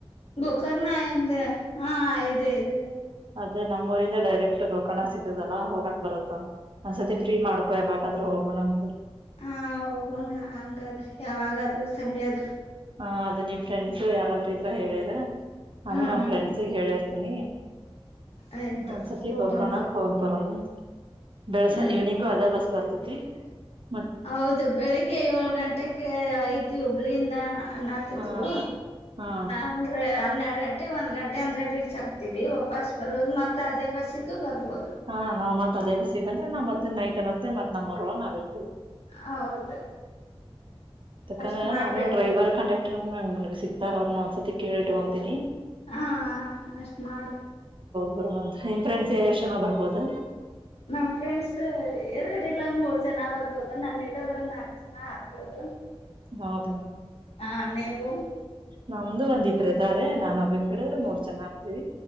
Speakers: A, on the left; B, on the right.
A: ಗೋಕರ್ಣ ಎಂದ ಹಾ ಇದೆ ಇದ್.
B: ಅದೆ ನಮ್ಮೂರಿಂದ ಡೈರೆಕ್ಟ್ ಗೋಕರ್ಣ ಸಿಗದಲ್ಲ ಹೋಗಾಕ್ ಬರುತ್ತ. ಒಂದ್ಸತಿ ಫ್ರೀ ಮಾಡ್ಕೊ ಯಾವಾಗ್ ಕದ್ರ್ ಹೋಗುನಂತ್.
A: ಹ್ಂ ಹೋಗೋಣ್ಹಂಗಾದ್ರೆ ಯಾವಾಗಾದ್ರು ಸಂಡೆ ಅದು.
B: ಹಾ ಅದು ನಿಮ್ ಫ್ರೆಂಡ್ಸು ಯಾರಾದ್ರು ಇದ್ರ ಹೇಳಿರ್. ನಾನು
A: ಹ್ಮ್
B: ನಮ್ ಫ್ರೆಂಡ್ಸಿಗ್ ಹೇಳಿರ್ತೀನಿ.
A: ಆಯ್ತು
B: ಹ ಒಂದ್ಸತಿ
A: ಹೋಗೋಣ
B: ಗೋಕರ್ಣಾಕ್ ಹೋಗ್ ಬರ್ಣಂತ್ ಬೆಳಸ್
A: ಹ್ಮ್
B: ಈವ್ನಿಂಗು ಅದೇ ಬಸ್ ಬರ್ತದ್. <unintelligible>
A: ಹೌದು ಬೆಳಿಗ್ಗೆ ಏಳ್ಗಂಟೆಕ್ಕೆ ಐತಿ ಹುಬ್ಳಿಯಿಂದ. ಅನ್ನಾತಿದ್ರು
B: ಹಾ ಹಾ
A: ಅಂದ್ರೆ ಹನ್ನೆಡ್ ಗಂಟ್ ಒಂದ್ ಗಂಟೆ ಅಂದ್ರೆ ರೀಚ್ ಆಗ್ತಿವಿ ವಾಪಾಸ್ ಬರೊದ್ ಮತ್ತ್ ಅದೇ ಬಸ್ಸಿಗಬರ್ಬದು.
B: ಹಾ ನಾವು ಮಾತ್ ಅದೇ ಬಸ್ಸಿಗಂದ್ ರ ನಮ್ಮತ್ತೆ ನೈಟ್ನ್ ಅನುತ್ತೆ ಮತ್ ನಮ್ಮೂರೊಳಗ್ ನಾವ್ ಇರ್ತೀವಿ.
A: ಹೌದು
B: ತಕ್
A: ಅಷ್ಟ್ ಮಾಡ್ಬೇಕು
B: ನಾನು ಡ್ರೈವರ್ ಕಂಡಕ್ಟರ್ ನ್ ಹ್ಮ ನಮಿಗ್ ಸಿಗ್ತಾರ್ವನ್ರ್ ಒಂದ್ಸತಿ ಕೇಳಿ ಇಟ್ಗೊಂತಿನಿ.
A: ಹ್ಮ್ಂ ಹ್ಮಂ ಅಷ್ಟು ಮಾಡು.
B: ಬರ್ವಂತ್ ನಿಮ್ ಫ್ರೆಂಡ್ಸ್ ಎಷ್ಟ್ ಜನ ಬರ್ಬೋದು.
A: ನಮ್ ಫ್ರೆಂಡ್ಸ್ ಎರಡಿಲ್ಲ್ ಮೂರ್ ಜನ ಬರ್ಬೋದ್ ನನ್ ಇಡದ್ರ್ ನಾಲ್ಕ್ ಜನ ಆಗ್ಬೋದು. <inaudible>
B: ಹೌದ
A: ಹ್ಮಂ ನೀವು. <inaudible>
B: ನಮ್ದ್ ಒಂದೀಬ್ರಿದಾರೆ ನಾನು ರ್ನ್ ಹಿಡಿದ್ರ್ ಮೂರ್ ಜನಾಗ್ತಿವಿ.